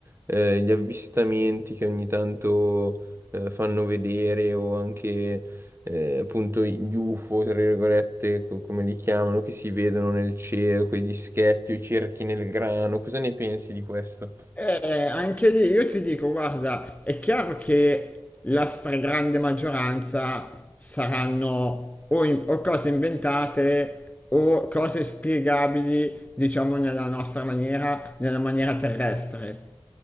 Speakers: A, on the right; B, on the left.
A: eh, gli avvistamenti che ogni tanto eh, fanno vedere o anche eh, appunto gli UFO, tra virgolette, co- come li chiamano, che si vedono nel cielo, quei dischetti, i cerchi nel grano. Cosa ne pensi di questo?
B: Eh, anche lì io ti dico, guarda, è chiaro che la stragrande maggioranza saranno o, in- o cose inventate o cose spiegabili, diciamo, nella nostra maniera, nella maniera terrestre.